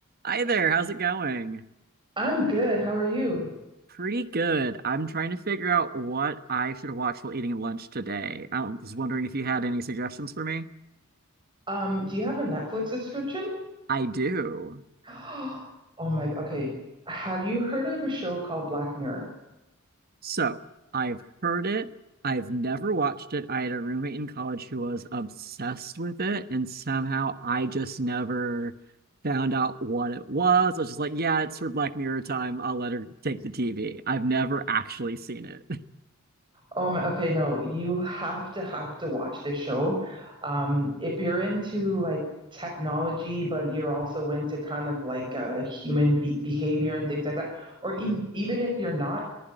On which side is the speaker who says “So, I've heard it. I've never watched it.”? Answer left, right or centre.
Right